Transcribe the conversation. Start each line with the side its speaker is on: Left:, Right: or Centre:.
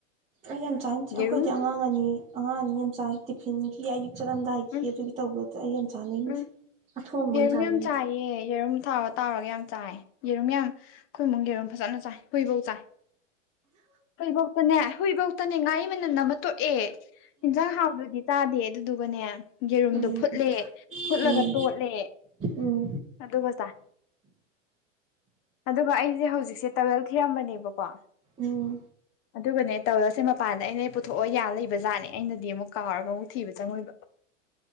Right: ꯑꯩ ꯌꯥꯝ ꯆꯥꯏꯅꯤꯡꯇꯦ ꯑꯩꯈꯣꯏꯗꯤ
Left: ꯌꯦꯔꯨꯝ
Right: ꯑꯉꯥꯡ ꯑꯅꯤ ꯑꯉꯥꯡ ꯑꯅꯤ ꯌꯥꯝ ꯆꯥꯏ ꯇꯤꯐꯤꯟꯒꯤ ꯑꯌꯨꯛ ꯆꯠꯂꯝꯗꯥꯏꯈꯤ
Left: ꯎꯝ
Right: ꯑꯗꯨꯒꯤ ꯇꯧꯕꯗ ꯑꯩ ꯌꯥꯝ ꯆꯥꯅꯤꯡꯗꯦ
Left: ꯎꯝ
Right: ꯑꯊꯣꯡꯕ
Left: ꯌꯦꯔꯨꯝ
Right: ꯑꯣꯏꯅ ꯆꯥꯅꯤꯡꯉꯦ
Left: ꯌꯥꯝ ꯆꯥꯏꯌꯦ ꯌꯦꯔꯨꯝ ꯊꯥꯎ ꯇꯥꯎꯔꯒ ꯌꯥꯝ ꯆꯥꯏ ꯌꯦꯔꯨꯝ ꯌꯥꯝ ꯑꯩꯈꯣꯏ ꯢꯃꯨꯛ ꯌꯦꯔꯨꯝ ꯐꯖꯅ ꯆꯥꯏ ꯍꯨꯏꯐꯧ ꯆꯥꯏ ꯍꯨꯏꯕꯧꯇꯅꯦ ꯍꯨꯏꯐꯧꯇꯅꯦ ꯉꯥꯔꯤ ꯃꯅꯟ ꯑꯃ ꯇꯣꯛꯑꯦ ꯌꯦꯟꯖꯥꯡ ꯍꯥꯎꯇꯔꯗꯤ ꯆꯥꯗꯦ ꯑꯗꯨꯗꯨꯒꯅꯦ ꯌꯦꯔꯨꯝꯗꯣ
Right: ꯑꯩꯗꯤ
Left: ꯐꯨꯠꯂꯦ ꯐꯨꯠꯂꯒ
Right: ꯎꯝ ꯎꯝ
Left: ꯇꯣꯠꯂꯦ
Right: ꯎꯝ
Left: ꯑꯗꯨꯒ ꯆꯥꯏ ꯑꯗꯨꯒ ꯑꯩꯁꯦ ꯍꯧꯖꯤꯛꯁꯦ ꯇꯨꯋꯦꯜꯞ ꯊꯤꯔꯝꯕꯅꯦꯕꯀꯣ
Right: ꯎꯝ
Left: ꯑꯗꯨꯒꯅꯦ ꯇꯧꯔꯁꯦ ꯃꯄꯥꯟꯗ ꯑꯩꯅ ꯄꯨꯊꯣꯛꯑ ꯌꯥ ꯂꯩꯕ ꯖꯥꯠꯅꯦ ꯑꯩꯅꯗꯤ ꯑꯃꯨꯛ ꯀꯥꯎꯔꯒ ꯑꯃꯨꯛ ꯊꯤꯕ ꯆꯪꯉꯣꯏꯕ